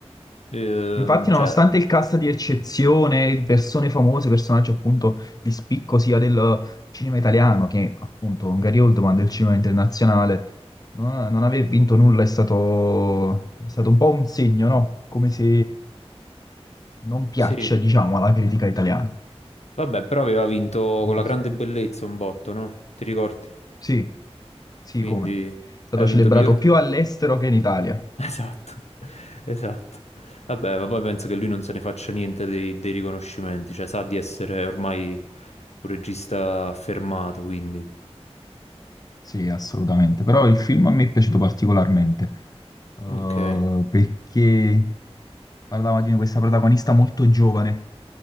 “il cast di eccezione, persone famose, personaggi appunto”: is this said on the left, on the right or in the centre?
Left